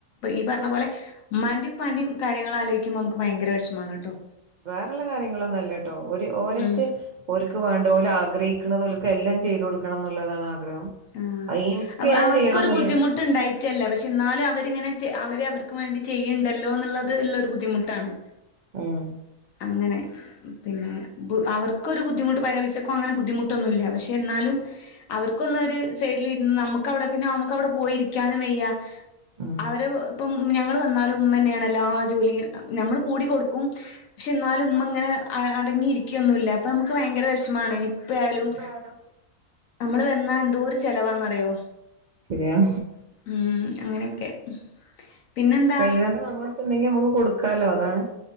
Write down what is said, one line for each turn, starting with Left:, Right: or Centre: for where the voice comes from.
Left: ഈ പറഞ്ഞ പോലെ ഉമമാന്റെയും ഉപ്പാന്റയും കാര്യങ്ങള് ആലോചിക്കുമ്പോൾ നമുക്ക് ഭയങ്കര വിഷമാണ് കേട്ടോ
Right: വേറെയുള്ള കാര്യങ്ങളൊന്നും അല്ല ട്ടോ. ഓരു, ഓരക്ക്
Left: ഉം
Right: ഓല്ക് വേണ്ടത്, ഓല് ആഗ്രഹിക്കുന്നത് ഓല്ക്ക് എല്ലാം ചെയ്തു കൊടുക്കണം എന്നുള്ളതാണ് ആഗ്രഹം.
Left: ആഹ
Right: എനിക്ക്
Left: അപ്പൊ
Right: ഞാൻ
Left: അവർക്കൊരു
Right: ചെയ്യണം എന്നുള്ളേ
Left: ബുദ്ധിമുട്ട് ഉണ്ടായിട്ടല്ല. പക്ഷെ എന്നാലും അവരിങ്ങനെ, അവര് അവർക്ക് വേണ്ടി ചെയ്യണ്ടല്ലോ എന്നുള്ളത്, ള്ളൊരു ബുദ്ധിമുട്ടാണ്.
Right: ഉം
Left: അങ്ങനെ. പിന്നെ അവർക്ക് ഒരു ബുദ്ധിമുട്ട്, പൈസക്കും അങ്ങനെ ബുദ്ധിമുട്ട് ഒന്നുമില്ല. പക്ഷെ എന്നാലും അവർക്കൊന്നും സൈഡിൽ ഇരുന്ന് നമുക്ക് അവിടെ, പിന്നെ നമുക്ക് അവിടെ പോയിരിക്കാനും വയ്യ.
Right: ഉം
Left: അവര് ഇപ്പം ഞങ്ങള് വന്നാലും ഉമ്മ തന്നെയാണ് എല്ലാ ജോലിയും, ഞമ്മള് കൂടി കൊടുക്കും പക്ഷെ എന്നാലും ഉമ്മ ഇങ്ങനെ
Right: നടി
Left: അടങ്ങിയിരിക്കൊന്നുമില്ല
Right: ഇരിക്കൊന്നില്ല
Left: അപ്പൊ നമുക്ക് ഭയങ്കര
Right: അ നമുക്ക്ഷും
Left: വിഷമാണ് ഇനിപ്പ ആയാലും
Right: <inaudible>
Left: നമ്മള് വന്നാ എന്തോരു ചെലവാണെന്നറിയോ
Right: ശരിയാ
Left: ഉം അങ്ങനെയൊക്കെ പിന്നെന്താ
Right: കഴിയണത് നമ്മളടുത്ത് ഉണ്ടെങ്കിൽ നമ്മുക്ക് കൊടുക്കാലോ. അതാണ്